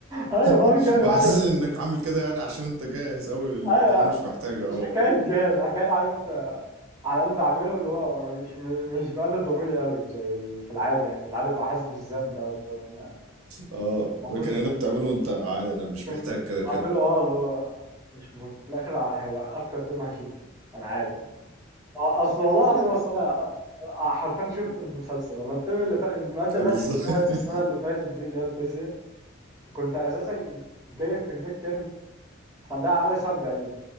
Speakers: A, on the right; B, on the right.
A: ايوه بعمل
B: <laughs>
A: كده في
B: بحسس
A: العادي بس
B: انك عامل كده يعني عشان انت جاهز اوي الامتحان
A: ايوه
B: مش محتاجه
A: مش
B: اوي
A: حكايه
B: يعني
A: جاز حكايه عارف انت على قلب بعمله اللي هو انا مش م- مش بأنب ضميري قوي زي ال- في العادي يعني في العادي ببقى حاسس بالذنب قوي اللي هو أنا
B: اه
A: المفروض
B: لكن
A: بس
B: هنا بتعمله وانت عادي انا مش
A: لكن
B: محتاج كده كده
A: بعمله اه اللي هو مش مهم في الاخر ع- هيبقى اكتر ترم هشيل فيه انا عارف آه، اصل والله العظيم اصل انا آه، حرفيا شفت المسلسل انا الترم اللي فات الماده اللي
B: آه، بالظبط
A: انا شفتها
B: <laughs>
A: السنه اللي فاتت دي اللي هي الفيزياء كنت اساسا جايب في الميد ترم احنا عندنا اعمال الساعه 40